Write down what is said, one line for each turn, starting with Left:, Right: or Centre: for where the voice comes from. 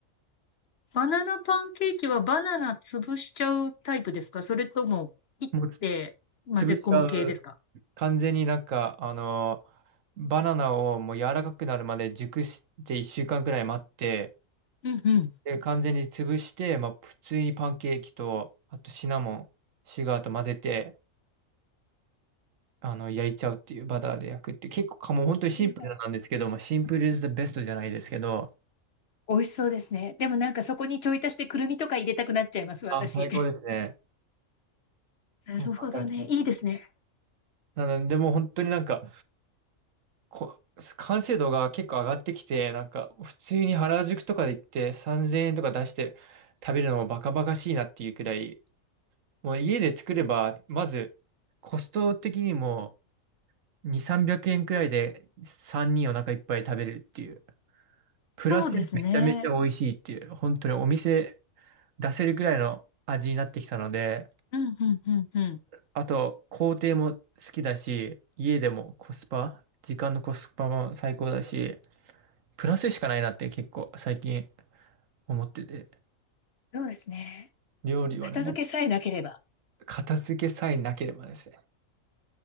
Left: バナナパンケーキはバナナ潰しちゃうタイプですかそれとも切って混ぜ込む系ですか
Right: もうつ潰しちゃう完全になんか、あのーバナナをもう柔らかくなるまで熟して1週間くらい待って、
Left: うんうん。
Right: で、完全に潰して、まあ、普通にパンケーキと、あとシナモン、シュガーと混ぜて、あの、焼いちゃうっていう、バターで焼くっていう、結構かもう本当にシンプルなんですけど、
Left: それは
Right: まあ、シンプル is the best じゃないですけど、
Left: 美味しそうですね。でもなんかそこにちょい足してくるみとか入れたくなっちゃいます、私。
Right: あ、最高ですね。
Left: なるほどね。
Right: うんわかる
Left: いいですね。
Right: なので、でもう本当になんか、こ、完成度が結構上がってきて、なんか普通に原宿とかで行って3000円とか出して食べるのもバカバカしいなっていうくらい、もう家で作れば、まずコスト的にも2、300円くえんくらいで3人お腹いっぱい食べるっていう、プラスめちゃめちゃ美味しいっていう、
Left: そうですね。
Right: 本当にお店出せるくらいの味になってきたので、
Left: うん、うん、うん、うん。
Right: あと工程も好きだし、家でもコスパ、時間のコスパも最高だし、プラスしかないなって結構最近思ってて。
Left: そうですね。
Right: 料理はね、
Left: 片付けさえなければ。
Right: 片付けさえなければですね。